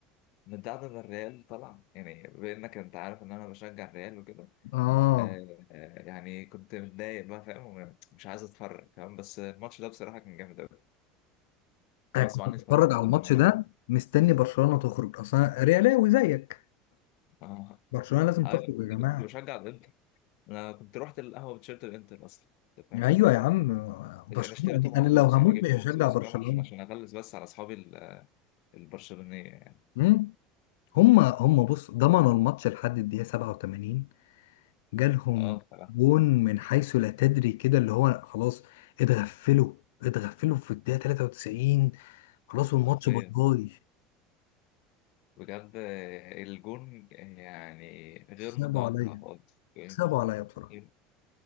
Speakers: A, on the left; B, on the left.
A: من بعد ما الريال طلع يعني بإنك أنت عارف إن أنا بشجع الريال وكده
B: اه
A: آه، آه، يعني كنت متضايق بقى فاهم ومش عايز أتفرج فاهم بس الماتش ده بصراحة كان جامد أوي
B: انا
A: غصب
B: كنت
A: عني
B: بتفرج
A: اتفرجت
B: على
A: رغم
B: الماتش
A: إنهم
B: ده مستني برشلونة تخرج اصلا ريالاوي زيك
A: <laughs>
B: برشلونة لازم
A: ايوه
B: تخرج يا
A: كنت
B: جماعة
A: بشجع الانتر انا كنت رحت القهوه بتيشيرت الانتر اصلا انت فاهم
B: ايوه يا عم برشلونة
A: انا اشتريته مخصوص
B: انا لو هموت
A: يعني جبته
B: مش هشجع
A: مخصوص
B: برشلونة
A: فاهم عشان عشان اغلس بس على اصحابي ال- البرشلونيه يعني
B: امم هم هم بص ضمنوا الماتش لحد الدقيقة 87 جالهم
A: اه بصراحه
B: جون من حيث لا تدري كده اللي هو خلاص اتغفلوا اتغفلوا في الدقيقة 93 خلاص والماتش
A: حرفيا
B: باي باي
A: بجد آه، الجون يعني غير
B: صعبوا
A: متوقع
B: عليا
A: خالص يعني
B: صعبوا عليا بصراحة
A: إيه،